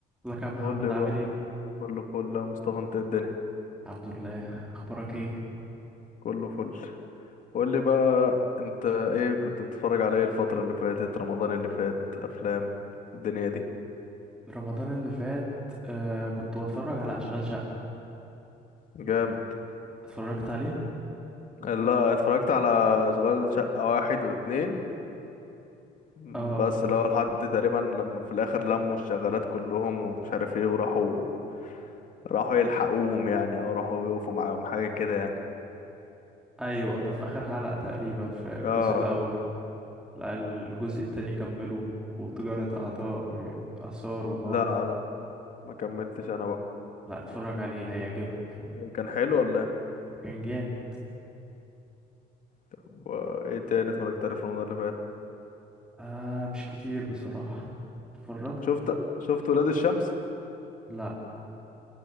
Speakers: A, in the centre; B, on the left (about 50°).
A: ازيك يا محمد
B: قول لي
A: عامل
B: بقى
A: ايه؟
B: كله فل يا مصطفى انت ايه الدنيا
A: الحمد لله اخبارك ايه؟
B: كله فل قول لي بقى انت ايه كنت بتتفرج على ايه الفترة اللي فاتت رمضان اللي فات افلام الدنيا دي
A: رمضان اللي فات آه كنت بتفرج على اشغال شقة
B: جامد
A: اتفرجت عليه؟
B: لا اتفرجت على اشغال شقة واحد واتنين م،
A: اه
B: بس لو لحد تقريبا لما في الاخر لموا الشغالات كلهم ومش عارف ايه وراحوا راحوا يلحقوهم يعني او راحوا يقفوا معاهم حاجة كده يعني
A: ايوه ده في اخر حلقة تقريبا في الجزء
B: اه
A: الاول لا الجزء التاني كمله وتجارة اعضاء واثار وحوارات
B: لا لا ما كملتش انا بقى
A: لا اتفرج عليه هيعجبك
B: كان حلو ولا ايه
A: كان جامد
B: طب، آه، ايه تاني اتفرجت عليه في رمضان اللي فات
A: آه مش كتير بصراحة اتفرجت
B: شفت شفت ولاد الشمس
A: لا